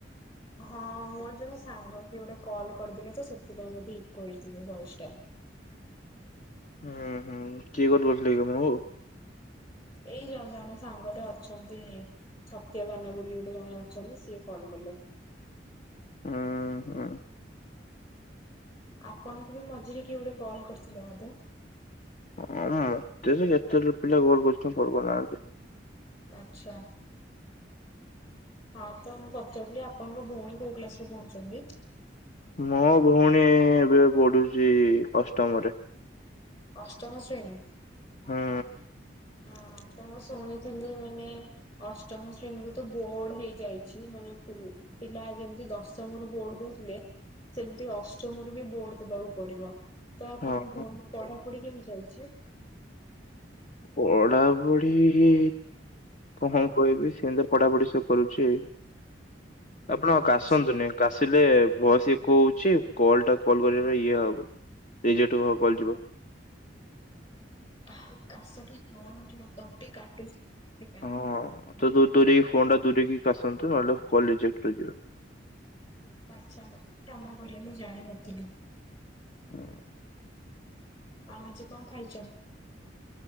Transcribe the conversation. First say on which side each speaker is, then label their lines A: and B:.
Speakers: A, on the left; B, on the left.
A: ହଁ ମୋର ଜଣେ ସାଙ୍ଗ କିଏ ଗୋଟେ କଲ୍ କରିଦେଲେ ଯେ ସେଥିପାଇଁ ବୋଧେ ଇକୋ ହେଇଥିବ ଭଏସଟା।
B: ହୁଁ ହୁଁ କିଏ କଲ୍ କରିଥିଲେ କି ଆପଣଙ୍କୁ?
A: ଏଇ ଜଣେ ଜଣେ ସାଙ୍ଗଟେ ଅଛନ୍ତି। ସତ୍ୟବାନ ବୋଲି ଗୋଟେ ଜଣେ ଅଛନ୍ତି ସିଏ କଲ୍ କଲେ।
B: ଉଁ ହୁଁ।
A: ଆପଣଙ୍କୁ ବି ମଝିରେ କିଏ ଗୋଟେ କଲ୍ କରିଥିଲେ ବୋଧେ?
B: ହଁ ମତେ ତ କେତେ ପି-ପିଲା କଲ୍ କରୁଚନ୍ତି କଲ୍ କରନାହାନ୍ତି।
A: ଆଚ୍ଛା। ହଁ ତ ମୁଁ ପଚାରୁଥିଲି ଆପଣଙ୍କ ଭଉଣୀ କୋଉ କ୍ଲାସରେ ପଢୁଚନ୍ତି?
B: ମୋ ଭଉଣୀ ଏବେ ପଢୁଚି ଅଷ୍ଟମରେ।
A: ଅଷ୍ଟମ ଶ୍ରେଣୀ।
B: ହୁଁ।
A: ହଁ ତ ମୁଁ ଶୁଣିଥିଲି ମାନେ ଅଷ୍ଟମ ଶ୍ରେଣୀକୁ ତ ବୋର୍ଡ ହେଇଯାଇଛି ମାନେ <unintelligible> ପିଲା ଯେମିତି ଦଶମରୁ ବୋର୍ଡ ଦୋଉଥିଲେ। ସେମିତି ଅଷ୍ଟମରୁୁ ବି ବୋର୍ଡ ଦବାକୁ ପଡିବ, ତ ଆପଣଙ୍କ
B: ହଁ
A: ଭ‌ଉଣି ପଢାପଢି କେମିତି ଚାଲିଚି?
B: ପଢାପୁଢୀ କଣ କହିବି ସେମିତ ତ ପଢାପଢି ସେ କରୁଚି। ଆପଣ
A: ଆଚ୍ଛା।
B: କାଶନ୍ତୁନି। କାଶିଲେ ଭ‌ଏସ ଇକୋ ହୋଉଚି କଲଟା କଲ୍ କରିବା ପାଇଁ ଇଏ ହବ। ରେଜେକ୍ଟ କ-କଲ୍ ଯିବ।
A: <inaudible> ଖାଶଟି <unintelligible> ତଣ୍ଟି କାଟୁଚି ସେଥିପାଇଁ।
B: ହଁ ତ ଦୂ-ଦୂରେଇକି ଫୋନଟା ଦୂରେଇକି କାସନ୍ତୁ ନହେଲେ କଲ୍ ରିଜେକ୍ଟ ହେଇଯିବ।
A: ଆଚ୍ଛା ମତେ କ୍ଷମା କରିବେ ମୁଁ ଜାଣିନଥିଲି।
B: ହୁଁ। <unintelligible>
A: ଆଉ ଆଜି କଣ ଖାଇଚନ୍?